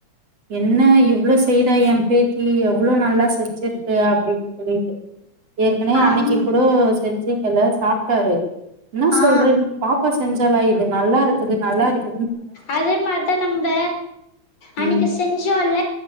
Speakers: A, on the right; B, on the left.
A: என்ன இவ்ளோ செய்றா ஏ பேத்தி எவ்ளோ நல்லா செஞ்சிருக்கு அப்டின்னு சொல்லிட்டு ஏற்கனவே
B: ஆமா
A: அன்னைக்கு கூட செஞ்சு எல்லா சாப்டாரு என்னா
B: ஆ
A: சொல்ற பாப்பா செஞ்சாலா இது நல்லா இருக்குது நல்லா இருக்கு
B: அதே மாரிதா நம்ப அன்னைக்கு
A: ம்
B: செஞ்சோல